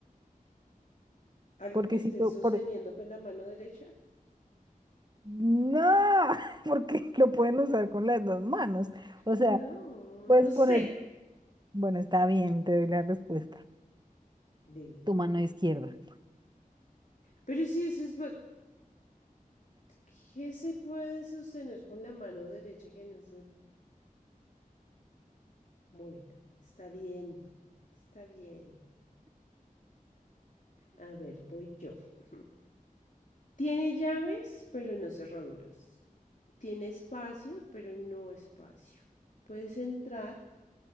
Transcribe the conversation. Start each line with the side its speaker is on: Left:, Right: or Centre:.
Left: ¿Algo
Right: Porque
Left: que estés
Right: si tú,
Left: sosteniendo
Right: por...
Left: con la mano derecha?
Right: no, <laughs> porque lo pueden usar con las dos manos. O
Left: No,
Right: sea, puedes
Left: no sé.
Right: poner, bueno, está bien, te doy la respuesta.
Left: Dime.
Right: Tu mano izquierda.
Left: Pero si eso es... ba- ¿Qué se puede sostener con la mano derecha que no se Bueno, está bien, está bien. A ver, voy yo. <laughs> Tiene llaves, pero no cerraduras. Tiene espacio, pero no espacio. Puedes entrar,